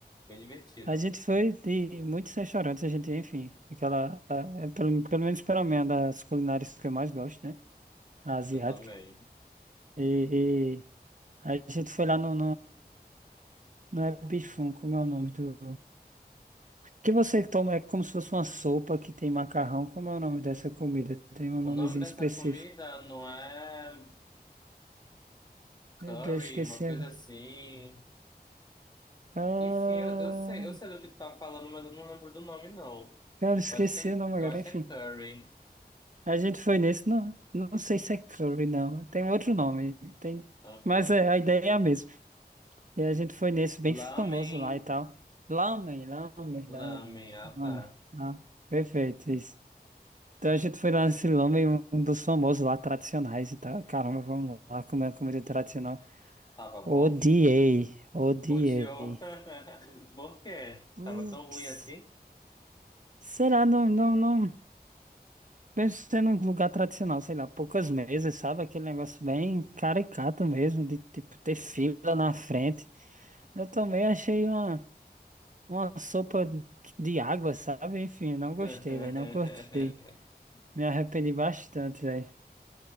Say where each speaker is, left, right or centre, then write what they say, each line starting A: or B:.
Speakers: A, on the left; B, on the right.
A: bem divertido.
B: a gente foi de muitos restaurantes, a gente, enfim, aquela. a- é, pelo, pelo menos pela minha, das culinárias que eu mais gosto, né? A asiática.
A: Eu também.
B: E, e a gente foi lá no Não é bifum, como é o nome do. Que você toma é como se fosse uma sopa que tem macarrão. Como é o nome dessa comida? Tem um
A: O
B: nomezinho
A: nome dessa
B: específico.
A: comida não é curry,
B: Meu Deus, esqueci
A: uma coisa
B: agora.
A: assim.
B: Ah,
A: Enfim, eu, eu sei, eu sei do que tu tá falando, mas eu não lembro do nome, não.
B: cara, esqueci
A: Eu acho que é,
B: o nome agora.
A: eu acho
B: Enfim,
A: que é curry.
B: a gente foi nesse. Não, não sei se é curry, não. Tem outro nome. Tem...
A: Aham.
B: Mas é, a ideia é a mesma. E a gente foi nesse bem
A: Lamen,
B: famoso lá e tal. Lamen, lamen, lamen.
A: lamen, ah
B: Lamen.
A: tá.
B: Ah, perfeito, isso. Então a gente foi lá no nesse lamen, um um dos famosos lá, tradicionais e tal. Caramba, vamos lá comer uma comida tradicional.
A: Tava
B: Odiei,
A: bom?
B: odiei.
A: Odiou. <laughs> Por quê?
B: Putz,
A: Tava tão ruim assim?
B: sei lá, não, não, não. Mesmo sendo um lugar tradicional, sei lá, poucas mesas, sabe? Aquele negócio bem caricato mesmo, de tipo ter fila na frente. Eu também achei uma, uma sopa de água, sabe? Enfim, não
A: <laughs>
B: gostei, velho, não curti. Me arrependi bastante, velho.